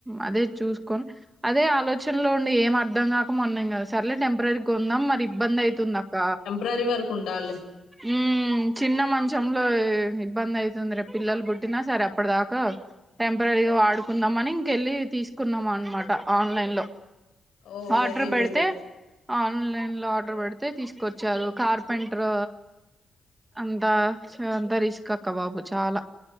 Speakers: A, on the right; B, on the left.
A: అది చూసుకోని అదే ఆలోచనలో ఉండి ఏం అర్థం కాక మొన్న ఇంగ సార్లేే టెంపరరీ గా కొందాం మరి ఇబ్బంది అయితుంది అక్క
B: రరి వర్కు ఉండాళ్లే
A: ఉ చిన్న మంచంలో ఇబ్బంది అయితుంది రేపు పిల్లలు పుట్టినా సరే అప్పటిదాకా టెంపర్రరీగా వాడుకుందాం అని ఇంకెళ్ళి తీసుకున్నాం అన్నమాట ఆన్లైన్ లో
B: ఓ
A: ఆర్డర్
B: వెరీ
A: పెడితే
B: గుడ్
A: ఆన్లైన్ లో ఆర్డర్ పెడితే తీసుకొచ్చారు కార్పెంటర్ అంతా అంత రిస్క్ అక్క బాబు చాలా